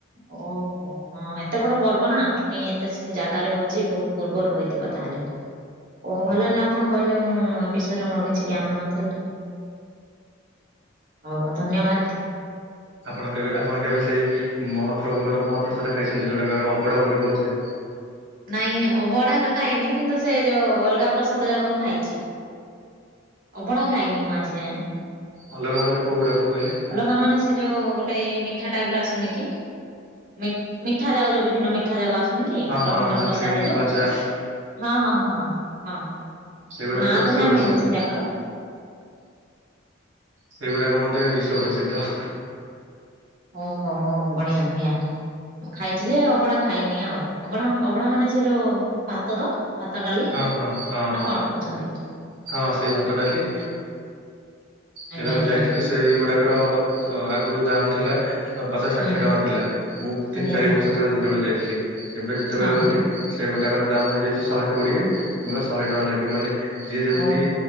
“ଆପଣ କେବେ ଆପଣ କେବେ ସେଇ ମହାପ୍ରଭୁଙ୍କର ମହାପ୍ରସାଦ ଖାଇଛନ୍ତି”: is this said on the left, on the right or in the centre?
Right